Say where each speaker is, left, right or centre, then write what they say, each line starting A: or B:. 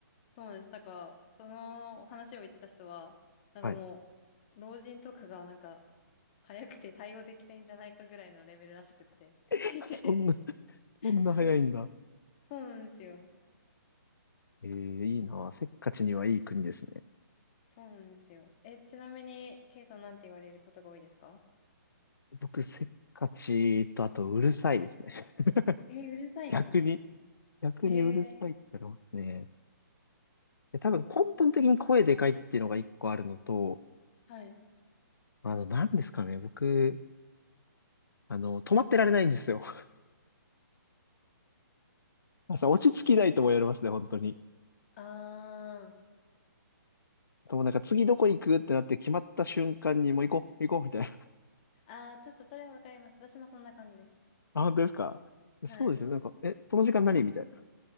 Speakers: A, on the left; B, on the left.
A: そうなんです。なんか、その話を言ってた人は、なんかもう、
B: はい。
A: 老人とかがなんか、早くて対応できないんじゃないかぐらいのレベルらしくって。
B: <laughs>
A: 言ってて。
B: そんな、そんな早いんだ。
A: そう。そうなんですよ。
B: ええいいな。せっかちにはいい国ですね。
A: そうなんですよ。え、ちなみに、ケイさんなんて言われることが多いですか
B: 僕、せっかちと、あと、うるさいですね。<laughs>
A: え、うるさいんですね。
B: 逆に、逆にうるさいってなりますね。
A: ええ
B: で、多分根本的に声でかいっていうのが一個あるのと、
A: はい。
B: あの、何ですかね、僕、あの、止まってられないんですよ。<laughs> 朝落ち着きないとも言われますね、本当に。
A: あー。
B: でもなんか次どこ行くってなって決まった瞬間にもう行こう、行こうみたいな。<laughs>
A: あー、ちょっとそれはわかります。私もそんな感じです。
B: あ、本当ですかそうですね、
A: はい。
B: なんか、え、この時間何みたいな。